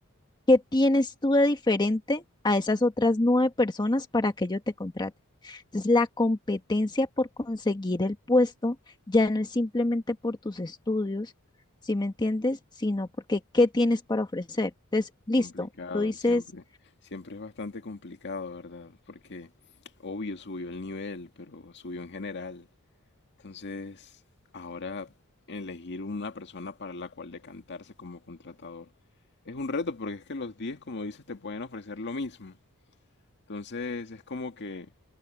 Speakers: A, on the left; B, on the left.
A: ¿Qué tienes tú de diferente a esas otras nueve personas para que yo te contrate? Entonces, la competencia por conseguir el puesto ya no es simplemente por tus estudios, ¿sí me entiendes? Sino porque ¿qué tienes para ofrecer? Entonces, listo,
B: Complicado,
A: tú dices,
B: siempre, siempre es bastante complicado, ¿verdad? Porque obvio subió el nivel, pero subió en general. Entonces, ahora elegir una persona para la cual decantarse como contratador es un reto, porque es que los 10 como dices, te pueden ofrecer lo mismo. Entonces, es como que